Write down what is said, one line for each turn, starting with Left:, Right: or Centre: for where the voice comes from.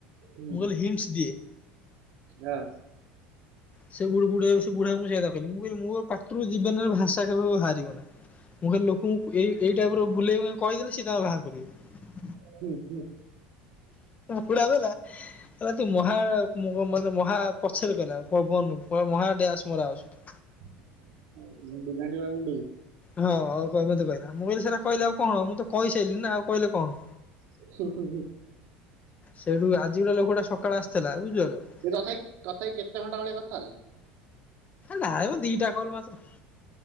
Right: ହୁଁ,
Left: ମୁ ଖାଲି ହିଣ୍ଟସ ଦିଏ।
Right: ହଁ।
Left: ସେ ବୁଢୀ ବୁଢୀ ସେ ବୁଢା ସେ କହ ମୁଁ କହି ମୋ ପାଟିରୁ ଯିବନରେ ଭାଷା କେବେ ହାରିବନି। ମୁଁ ଖଲି ଲୋକଙ୍କୁ ଏଇ ଏଇ ଟାଇପର ବୁଲେଇ କହିଦେଲେ ସିଏ ତାଙ୍କର ବାହାର କରିବି।
Right: ହୁଁ ହୁଁ।
Left: ପୁଡା ଗଲା କଲା ତୁ ମହାମାନେ ମହା ପଛରେ ଗଲା। କବନୁ ମହାଡ୍ୟାସ ମରା ଅଛୁ।
Right: <inaudible>
Left: ହଁ ଆଉ କହେ କହିଲା ମୁଁ କହିଲ ସେଟା କହିଲି ଆଉ କଣ ମୁଁ ତ କହିସାରିଲି ନା ଆଉ କହିଲେ କଣ?
Right: <unintelligible>
Left: ସେଇଠୁ ଆଜି ଗାଟେ ଲୋକଟା ସକାଳୁ ଆସିଥିଲା ବୁଝିପାରିଲ।
Right: ସେ କଥା କଥା ହେଇ କେତେ ଘଣ୍ଟା ଭଳିଆ କଥା ହେଲା।
Left: ନାମ ଦିଟା କଲ ମାତ୍ର।